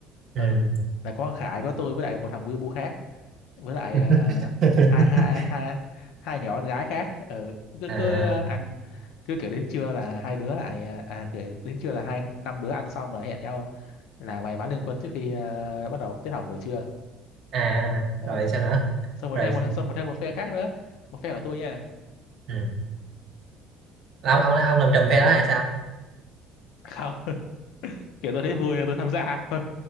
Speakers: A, on the right; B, on the left.
A: Ừ.
B: ừ là có thằng Khải có tôi với lại một thằng Weibo khác với lại
A: <laughs>
B: à, hai hai hai hai nhỏ con gái khác ừ, cứ
A: à
B: cứ ăn cứ kiểu đến trưa là hai đứa lại à à, kiểu đến trưa là hai năm đứa ăn xong là hẹn nhau là vài ván liên quân trước khi à, bắt đầu tiết học buổi trưa
A: à
B: đấy
A: rồi sao nữa
B: xong rồi
A: rồi
B: thêm một xong rồi thêm một phe khác nữa một phe của tôi nha
A: ừ. Là ông ông ông làm
B: <coughs>
A: trùm phe đó
B: kiểu
A: hay sao
B: không <laughs> kiểu tôi thấy vui nên tôi tham gia thôi